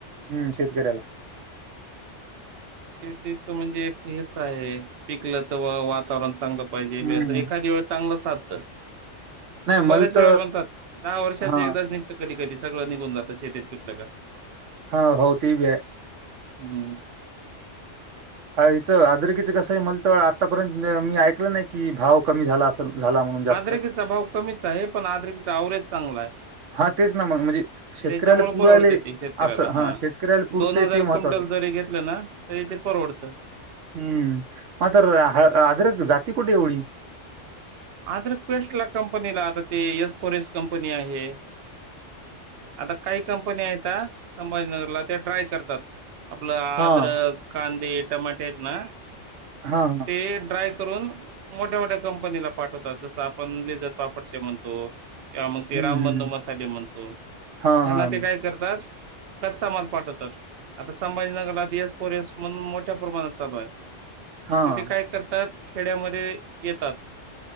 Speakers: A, on the right (about 80°); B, on the right (about 60°).
A: हम्म शेतकऱ्याला.
B: ते तच म्हणजे एक हेच आहे पिकलं तर वातावरण चांगलं. पाहिजें
A: हम्म
B: एखादी वेळ चांगलं साधंत.
A: नाही
B: ते
A: मलत
B: बऱ्याच वेळा म्हणतात दहा वर्षाच
A: हा
B: एकदाच निघत कधी कधी सगळं निघून जातं शेतीेत पिकलं का.
A: हा हो त भी आहे.
B: हम्
A: हा हिचं आदरकीचं कसं? आहे म्हणत आतापर्यंत मी ऐकलं नाही. कि भाव कमी झाला असं झाला म्हणून जास्त.
B: आद्रकीचा भाव कमीच आहे पण आद्रिकचा आवरेज चांगला आहे.
A: हा तेच ना मग म्हणजे शेतकऱ्याला
B: त्याच्यामुळे
A: पुरायले
B: परवडते ते शेतकऱ्याला
A: असं
B: हा
A: शेतकऱ्याला पुरते
B: दोन हजार
A: ते महत्वाचं
B: क्विंटल. जरी घेतलं ना तरी ते परवडत.
A: हम्म मग तर ह आदरक जाती कुठे? एवढी
B: आद्रक पेस्ट ला कंपनीला आता ते येस फोरेस कंपनी आहे. आता काही कंपनी येतात संभाजीनगरला ते ट्राय करतात. आपलं आद्रक,
A: हाँ
B: कांंदे, टमाटे, येत ना
A: हां हां.
B: ते ड्राय करून मोठ्या मोठ्या कंपनीला पाठवतात जस आपण लेजर पापडते म्हणतो. किंवा मग ते
A: हम्म
B: रामबंधू
A: हम्म
B: मसाले म्हणतो त्यांना
A: हाँ हाँ
B: ते काय? करतात. कच्चा माल पाठवतात. आता संभाजीनगरला येस पोरस म्हणून मोठ्या प्रमाणात चालू आहे.
A: हाँ
B: तेथे काय? करतात खेड्यामध्ये येतात